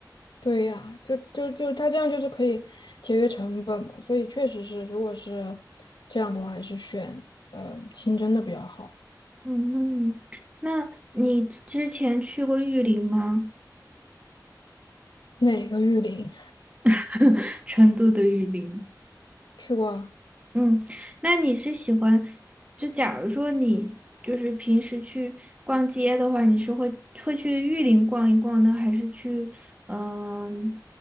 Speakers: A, on the left; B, on the right.
A: 对呀，就就就他这样就是可以节约成本嘛，所以确实是，如果是这样的话，还是选呃清蒸的比较好。
B: 嗯，那你之前去过玉林吗？
A: 哪个玉林
B: <laughs> 成都的玉林。
A: 去过啊
B: 嗯，那你是喜欢，就假如说你就是平时去逛街的话，你是会会去玉林逛一逛呢，还是去嗯、